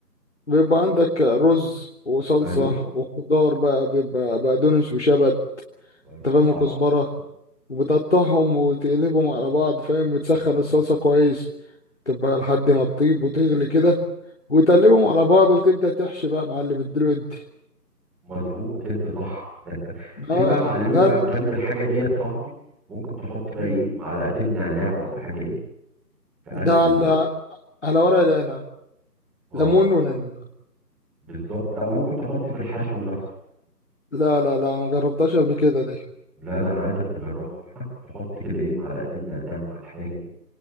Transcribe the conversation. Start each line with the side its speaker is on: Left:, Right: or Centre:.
Left: بيبقى عندك رز وصلصه
Centre: ايوه
Left: وخضار بقى بيبقى بقدونس وشبت
Centre: ايوه
Left: انت فاهم
Centre: صح
Left: وكزبره وبتقطعهم وتقلبهم على بعض فاهم وتسخن الصلصه كويس تبقى لحد ما تطيب وتغلي كده وتقلبهم على بعض وتبدأ تحشي بقى يا معلم الدلوقتي دي
Centre: مظبوط انت صح في
Left: اه
Centre: بقى معلمي
Left: لا
Centre: بقى
Left: لا
Centre: جنب
Left: لا
Centre: الحاجه ديت صاحبي ممكن تحط بقى
Left: مم.
Centre: ايه معلقتين نعناع ولا حاجه ايه في قلب
Left: ده على
Centre: ال مم.
Left: على ورق العنب
Centre: اه
Left: ليمون ونعناع
Centre: بالظبط لا وممكن تحط في الحشو نفسه
Left: لا لا لا ما جربتهاش قبل كده دي
Centre: لا ده انا عايزك تجربها بقى تحط كده ايه معلقتين نعناع مع الحاجه دي